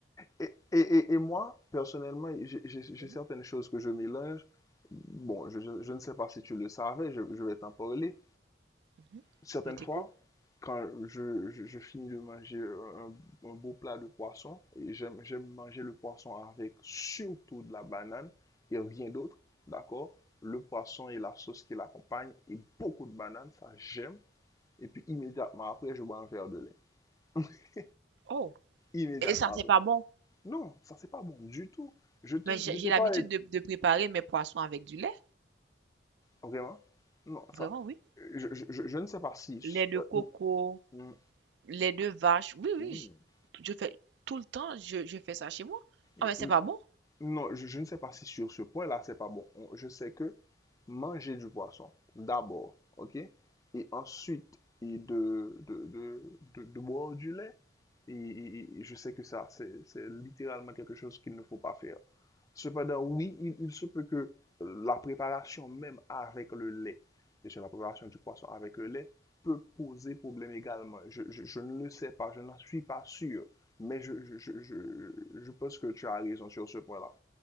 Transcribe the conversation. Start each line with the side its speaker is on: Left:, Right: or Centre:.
Left: Et, et, et, et moi, personnellement, j'ai j'ai- j'ai
Right: Mhm,
Left: certaines choses que je mélange. Bon, je, je- je ne sais pas si tu le savais, je, je vais t'en parler.
Right: mhm.
Left: Certaines
Right: Je t'écoute.
Left: fois, quand je, je- je finis de manger un, un beau plat de poisson, et j'aime, j'aime manger le poisson avec surtout de la banane et rien d'autre, d'accord? Le poisson et la sauce qui l'accompagne et beaucoup de bananes, ça j'aime. Et puis immédiatement après, je bois un verre de lait. <laughs>
Right: Oh,
Left: Immédiatement
Right: et ça,
Left: après.
Right: c'est pas bon.
Left: Non, ça c'est pas bon du tout. Je te,
Right: Mais j'ai
Left: je
Right: j'ai
Left: t'ai
Right: l'habitude
Left: parlé,
Right: de, de préparer mes poissons avec du lait.
Left: vraiment. Non, ça,
Right: Vraiment, oui.
Left: je, je- je- je ne sais pas si,
Right: Lait de
Left: euh,
Right: coco,
Left: mm,
Right: lait de vache. Oui, oui.
Left: mm,
Right: Je, je fais tout le temps, je, je fais ça chez moi.
Left: mm,
Right: Ah, mais c'est pas bon.
Left: non, je, je ne sais pas si sur ce point-là c'est pas bon. On- Je sais que manger du poisson d'abord, ok, et ensuite et de, de, de, de- de boire du lait. Et, et- et je sais que ça, c'est, c'est littéralement quelque chose qu'il ne faut pas faire. Cependant, oui, il, il se peut que la préparation même avec le lait, et sur la préparation du poisson avec le lait, peut poser problème également. Je, je- je ne le sais pas, je n'en suis pas sûr, mais je, je, je, je, je pense que tu as raison sur ce point-là.